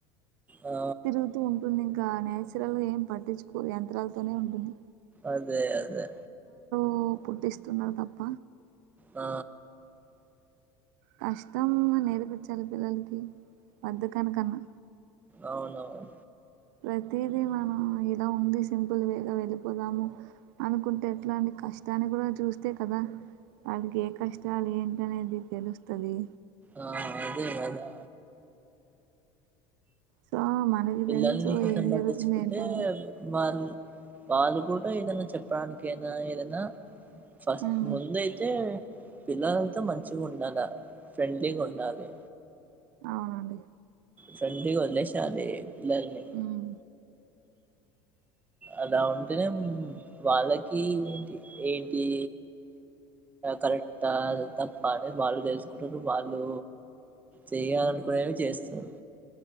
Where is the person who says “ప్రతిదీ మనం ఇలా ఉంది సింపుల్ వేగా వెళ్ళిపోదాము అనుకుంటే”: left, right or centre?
Right